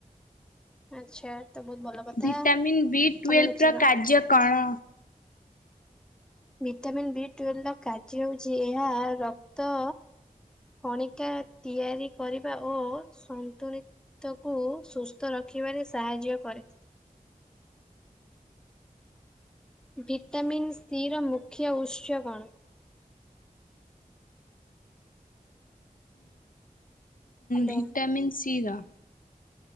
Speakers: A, in the centre; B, on the left.
A: ଆଚ୍ଛା ତ ବହୁତ ଭଲ। କଥା
B: ଭିଟାମିନ୍ ବି
A: ତମେ
B: ଟୁଏଲଭର
A: ପଚାର।
B: କାର୍ଯ୍ୟ କଣ?
A: ଭିଟାମିନ୍ ବି ଟୁଏଲ ର କାର୍ଯ୍ୟ ହେଉଛି ଏହା ରକ୍ତ କଣିକା ତିଆରି କରିବା ଓ ସନ୍ତୁଳିତ ତ କ ସୁସ୍ଥ ରଖିବାରେ ସାହାଯ୍ୟ କରେ। ଭିଟାମିନ୍ ସିର ମୁଖ୍ୟ ଉତ୍ସ କଣ? ହ୍ୟାଲୋ
B: ଭିଟାମିନ୍ ସି ର।